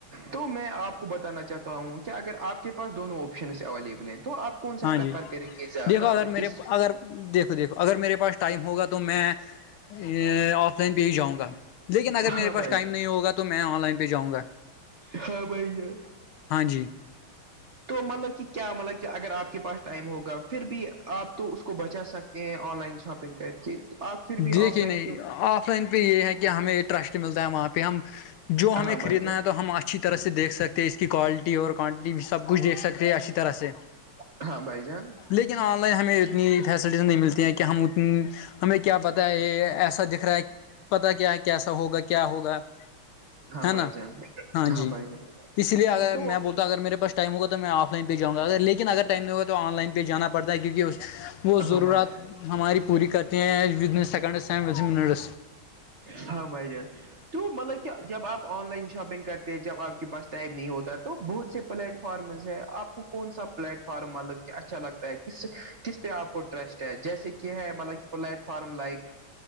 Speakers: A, on the right; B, on the left.
A: تو میں آپ کو بتانا چاہتا ہوں کہ اگر آپ کے پاس دونوں آپشنس اویلیبل ہیں تو آپ کے کون سا
B: ہاں
A: پرریفر
B: جی
A: کریں گے زیادہ
B: دیکھو اگر
A: کس
B: میرے اگر دیکھو دیکھو اگر میرے پاس ٹائم ہوگا تو میں آف لائن بھی ہی جاؤں گا لیکن اگر میرے
A: ہاں
B: پاس
A: بھائی
B: ٹائم
A: جان
B: ہوگا تو میں آن لائن پہاؤں گا
A: ہاں بائی جوائے
B: ہاں جی
A: تو مطلب کہ کیا مطلب کہ اگر آپ کے پاس ٹائم ہوگا پھر بھی آپ تو اس کو بچا سک یہ آن لائن شاپنگ کر کے آپ پھر بھی
B: دیکھیے
A: آف لائن
B: نہیں آف لائن پہ یہ ہے کہ ہمیں ٹرسٹ ملتا ہے وہاں پہ ہم جو
A: کیوں؟
B: ہمیں
A: ہاں
B: خریدنا
A: بھائی
B: ہے تو ہم اچھی طرح سے دیکھ سکتے ہیں اس کی کوالٹی اور کوانٹیٹی بھی سب کچھ دیکھ سکتے ہیں اچھی طرح سے
A: جان ہاں بھائی جان
B: لیکن آن لائن ہمیں اتنی فیسلٹیز نہیں ملتی ہیں کہ ہم ات ہمیں کیا پتا ہے یہ ایسا دکھ رہا ہے پتا کیا ہے کیسا ہوگا کیا ہوگا
A: ہاں
B: ہے
A: بھائی
B: نا
A: جان
B: ہاں جی
A: بھائی جان
B: اس لیے اگر
A: تو
B: میں بول اگر میرے پسٹائم ہوا تو میں آف لائنہاؤںا لن اگر ٹائ نہیں ہوا تو آن لائن پہ جاناڑتا ہے کیونکہ اس وہ
A: ہاں
B: ضرورت
A: بھائی
B: ہماری پوری کرتی ہیں کرتے ہیں بزنس سیکنڈ
A: ہاں بھایی جان تو مطلب کہ جب آپ آن لائن شاپنگ کرتے ہیں جب آپ کے پاس ٹائم نہیں ہوتا تو بہت سے پلیٹ فارمز ہے آپ کو کون سا پلیٹ فارم مطلب کہ اچھا لگتا ہے کس کس پہ آپ کو ٹرسٹ ہے جیسے کہ ہے مطلب پلٹ فارم لائک